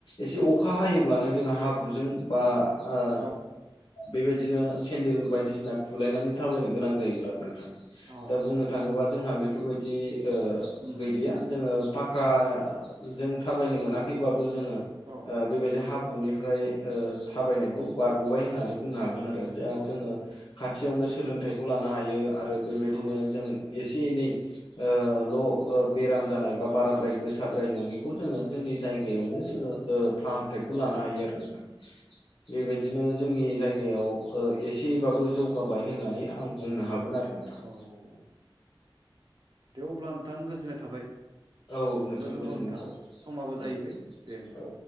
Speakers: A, on the left (about 80°); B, on the right (about 55°).
A: एसे अखा हायोब्लानो जोंना हाब्रुजों बा ओ
B: औ
A: बेबायदिनो सेन्देल बायदिसिना खुलायनानै थाबायनो गोनां जायोमोन आरो नोंथां।
B: औ
A: दा
B: औ
A: बुंनो थाङोबा जोंहा बेफोरबायदि ओ
B: उम
A: गैलिया जों फाख्खाजों
B: औ
A: थाबायनो मोनाखैबाबो
B: औ
A: जोङो
B: औ
A: बेबायदि हाब्रुनिफ्राय थाबायनाय खौ बारग'बाय होननानै
B: औ
A: बुंनो हागोन आरो, दा
B: औ
A: जोङो
B: औ
A: खाथियावनो सोलोंथाइखौ लानो हायो आ रो बेबायदिनो
B: औ
A: जों एसे एनै ओ ल'
B: औ
A: बे जानाय बा बाराद्राय गोसाद्राय नङिखौ जोङो जोंनि जायगायावनो जोङो ओ फाहाम फिथाइखौ
B: औ
A: लानो हायो आरो बेबायदिनो जोंनि जायगायाव एसेबाबो जौगाबाय होननानै आं बुंनो हागोन आरो नोंथां।
B: औ औ दे अब्ला नोंथां गोजोननाय थाबाय।
A: औ नोंथां
B: गोजोन
A: गोजोननाय
B: हर नोथां।
A: थाबाय
B: समाबो जाहैबाय
A: औ
B: दे नोंथां।
A: औ